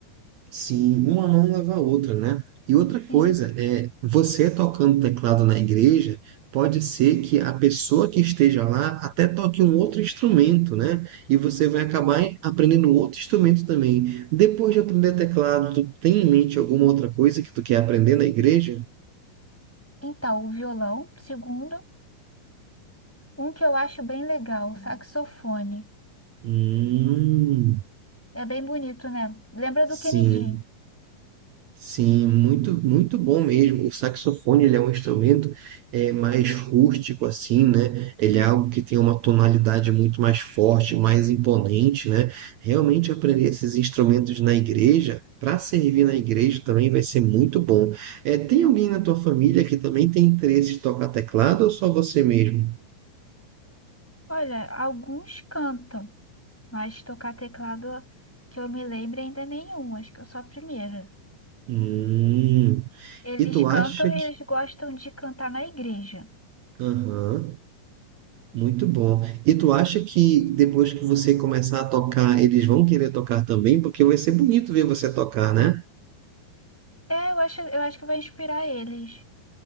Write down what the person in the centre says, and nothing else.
E
então, o violão, segundo, um que eu acho bem legal, o saxofone.
É bem bonito, né? Lembra
do Kennedy?
Olha, alguns cantam, mas tocar teclado que eu me lembre ainda nenhum, acho que eu sou a primeira.
Eles
cantam
e
eles gostam de cantar na igreja.
É, eu acho, eu acho que vai inspirar eles.